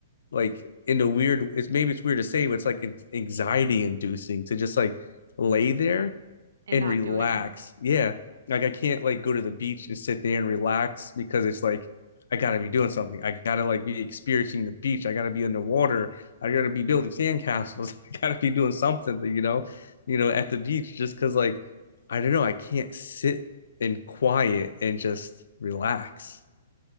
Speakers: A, on the left; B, on the right.
A: like in a weird it's maybe it's weird to say but it's like anxiety inducing to just like lay there
B: and
A: and
B: not
A: relax
B: do anything.
A: yeah like i can't like go to the beach and sit there and relax because it's like i gotta be doing something i gotta like be experiencing the beach i gotta be underwater i gotta be building sandcastles <laughs> i gotta be doing something you know you know at the beach just because like i don't know i can't sit in quiet and just relax